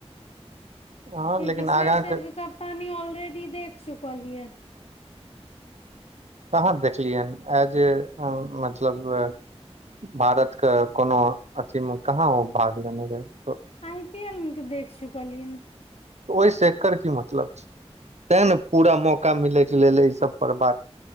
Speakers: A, on the right; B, on the left.
A: हँ
B: कियाकी
A: लेकिन आगाँ
B: श्रेष आर के कप्तानी ऑलरेडी देख चुकल ये
A: कहाँ देखलियनि एज मतलब भारत के कोनो अथी मे कहाँ ओ भाग लेने रहे
B: आइ पी एल मे तऽ देख छुकलिय
A: ओहिसँ एकर की मतलब छै तैं ने पूरा मौका मिलैके लेल एहि सब पर बात